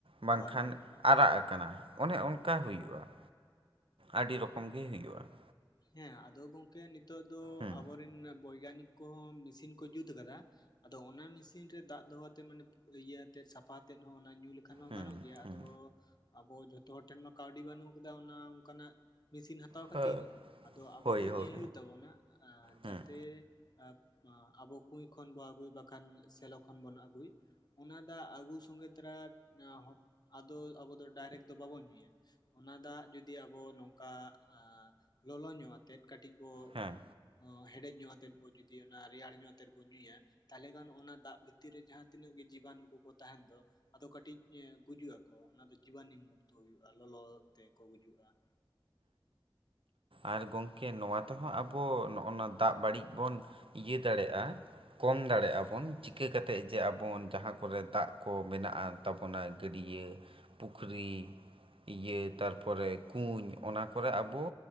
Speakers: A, on the right (about 80°); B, on the left (about 50°).
A: ᱵᱟᱝᱠᱷᱟᱱ
B: ᱦᱳᱭ ᱦᱳᱭ ᱦᱳᱭ
A: ᱟᱨᱟᱜ ᱟᱠᱟᱱᱟ ᱚᱱᱮ ᱚᱱᱠᱟ ᱦᱩᱭᱩᱜᱼᱟ ᱾ ᱟᱹᱰᱤ ᱨᱚᱠᱚᱢ ᱜᱮ ᱦᱩᱭᱩᱜᱼᱟ ᱾
B: ᱦᱮᱸ ᱟᱫᱚ ᱜᱚᱝᱠᱮ ᱱᱤᱛᱚᱜ ᱫᱚ
A: ᱦᱮᱸ
B: ᱟᱵᱚᱨᱮᱱ ᱵᱳᱭᱜᱟᱱᱤᱠᱼᱼ ᱠᱚᱦᱚᱸ ᱢᱮᱥᱤᱱ ᱠᱚ ᱡᱩᱛ ᱟᱠᱟᱫᱟ, ᱟᱫᱚ ᱚᱱᱟ ᱢᱮᱥᱤᱱ ᱨᱮ ᱫᱟᱜ ᱫᱚᱦᱚ ᱟᱛᱮ ᱢᱟᱱᱮᱼᱼ ᱤᱭᱟᱹ ᱟᱛᱮᱫ, ᱥᱟᱯᱷᱟ ᱟᱛᱮᱫ ᱦᱚᱸ ᱚᱱᱟ ᱧᱩ ᱞᱮᱠᱷᱟᱱ ᱦᱚᱸ
A: ᱦᱮᱸ
B: ᱜᱟᱱᱚᱜ ᱜᱮᱭᱟ ᱟᱫᱚᱼᱼ
A: ᱦᱮᱸ
B: ᱟᱵᱚ ᱡᱷᱚᱛᱚ ᱦᱚᱲ ᱴᱷᱮᱱ ᱢᱟ ᱠᱟᱹᱣᱰᱤ ᱵᱟᱹᱱᱩᱜ ᱟᱠᱟᱫᱟ ᱚᱱᱟ ᱚᱱᱠᱟ ᱱᱟᱜ ᱢᱮᱥᱤᱱ ᱦᱟᱛᱟᱣ
A: ᱦᱮᱸ
B: ᱠᱷᱟᱹᱛᱤᱨᱼᱼ ᱟᱫᱚ ᱟᱵᱚ
A: ᱦᱳᱭ
B: ᱫᱚ
A: ᱦᱳᱭ
B: ᱧᱮᱞ ᱦᱩᱭᱩᱜ ᱛᱟᱵᱚᱱᱟ ᱟᱸ
A: ᱦᱮᱸ
B: ᱡᱟᱛᱮᱼᱼ ᱮ ᱟᱵᱚ ᱠᱩᱧ ᱠᱷᱚᱱ ᱵᱚᱱ ᱟᱹᱜᱩᱭ, ᱵᱟᱠᱷᱟᱱ ᱥᱮᱞᱚ ᱠᱷᱚᱱ ᱵᱚᱱ ᱟᱹᱜᱩᱭ ᱾ ᱚᱱᱟ ᱫᱟᱜ ᱟᱹᱜᱩ ᱥᱚᱸᱝᱜᱮ ᱛᱟᱨᱟ ᱟᱸ ᱟᱫᱚ ᱟᱵᱚ ᱫᱚ ᱰᱟᱭᱨᱮᱠᱴ ᱫᱚ ᱵᱟᱵᱚᱱ ᱧᱩᱭᱟ ᱾ ᱚᱱᱟ ᱫᱟᱜ ᱡᱩᱫᱤ ᱟᱵᱚ ᱱᱚᱝᱠᱟ ᱟᱸ ᱞᱚᱞᱚ ᱧᱚᱜ ᱟᱛᱮᱫ ᱠᱟᱹᱴᱤᱡ ᱵᱚᱼᱼ
A: ᱦᱮᱸ
B: ᱚᱸ ᱦᱮᱰᱮᱡ ᱧᱚᱜ ᱟᱛᱮᱫ ᱵᱚᱱ ᱡᱩᱫᱤ ᱚᱱᱟ ᱨᱮᱭᱟᱲ ᱧᱚᱜ ᱟᱛᱮᱫ ᱵᱚᱱ ᱧᱩᱭᱟᱼᱼ ᱛᱟᱦᱚᱞᱮ ᱠᱷᱟᱱ ᱚᱱᱟ ᱫᱟᱜ ᱵᱷᱤᱛᱤᱨ ᱨᱮ ᱡᱟᱦᱟᱸ ᱛᱤᱱᱟᱹᱜ ᱜᱮ ᱡᱤᱵᱟᱱᱩ ᱠᱚ ᱛᱟᱸᱦᱮᱱ ᱫᱚ ᱟᱫᱚ ᱠᱟᱹᱴᱤᱡ ᱮ ᱜᱩᱡᱩᱜ ᱟᱠᱚ ᱾ ᱠᱚ ᱚᱱᱟ ᱫᱚ ᱡᱤᱵᱟᱱᱩ ᱢᱩᱠᱛᱚ ᱦᱩᱭᱩᱜᱼᱟ, ᱞᱚᱞᱚ ᱛᱮᱠᱚ ᱜᱩᱡᱩᱜᱼᱟ ᱾
A: ᱟᱨ ᱜᱚᱢᱠᱮ ᱱᱚᱣᱟ ᱛᱮᱦᱚᱸ ᱟᱵᱚ ᱱᱚᱜᱼᱚ ᱱᱚᱣᱟ ᱫᱟᱜ ᱵᱟᱹᱲᱤᱡ ᱵᱚᱱ ᱤᱭᱟᱹ ᱫᱟᱲᱮᱜᱼᱟ ᱾ ᱠᱚᱢ ᱫᱟᱲᱮᱭᱟᱜᱼᱟ ᱵᱚᱱ, ᱪᱤᱠᱟᱹ ᱠᱟᱛᱮᱫ ᱡᱮ ᱟᱵᱚ ᱡᱟᱦᱟᱸ ᱠᱚᱨᱮ ᱫᱟᱜ ᱠᱚ ᱢᱮᱱᱟᱜᱼᱟ ᱾ ᱛᱟᱵᱚᱱᱟ ᱜᱟᱹᱰᱭᱟᱹ, ᱯᱩᱠᱷᱨᱤ ᱾ ᱤᱭᱟᱹ ᱛᱟᱨᱯᱚᱨᱮ ᱠᱩᱧ ᱚᱱᱟ ᱠᱚᱨᱮ ᱟᱵᱚᱼᱼ